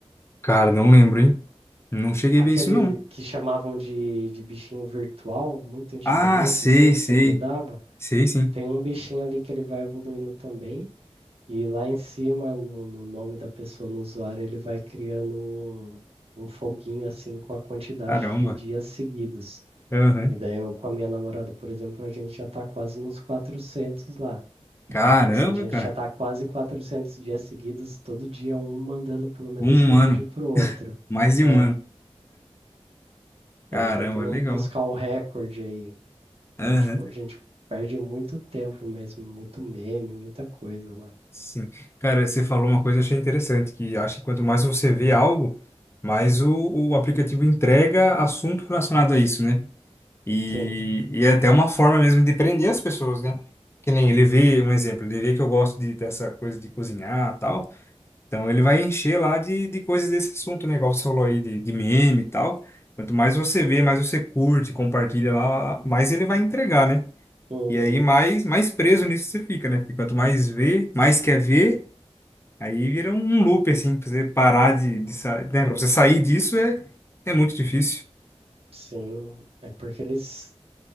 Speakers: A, on the left; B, on the right.
A: Cara, não lembro, hein? Não cheguei
B: Aquele
A: a ver isso, não.
B: que chamavam de, de bichinho virtual, muito antigamente,
A: Ah, sei,
B: assim, que
A: sei.
B: você cuidava.
A: Sei, sim.
B: Tem um bichinho ali que ele vai evoluindo também. E lá em cima, no, no nome da pessoa, no usuário, ele vai criando um, um foguinho assim com a quantidade
A: Caramba.
B: de dias seguidos.
A: Aham.
B: E daí eu com a minha namorada, por exemplo, a gente já tá quase nos quatrocentos lá.
A: Caramba,
B: Então, tipo assim, a gente
A: cara.
B: já tá quase 400 dias seguidos, todo dia um mandando pelo menos
A: Um
B: um
A: ano,
B: vídeo pro outro.
A: mais de
B: É,
A: um ano.
B: estamos
A: Caramba,
B: tentando
A: legal.
B: buscar o recorde aí. Então,
A: Aham,
B: tipo, a gente perde muito tempo mesmo, muito meme, muita coisa lá.
A: Sim. Cara, você falou uma coisa que eu achei interessante, que acho que quanto mais você vê algo, mais o, o aplicativo entrega assunto relacionado a isso, né? E,
B: Sim.
A: e é até uma forma mesmo de prender as pessoas, né? Que nem ele vê, um exemplo, ele vê que eu gosto de, dessa coisa de cozinhar e tal, então ele vai encher lá de, de coisas desse assunto, né? Igual você falou aí de, de meme e tal. Quanto mais você vê, mais você curte, compartilha lá, mais ele vai entregar, né?
B: Uhum.
A: E aí mais, mais preso nisso você fica, né? Porque quanto mais vê, mais quer ver, aí vira um loop, assim, pra você parar de, de sair. Né? Pra você sair disso é, é muito difícil.
B: Sim, é porque eles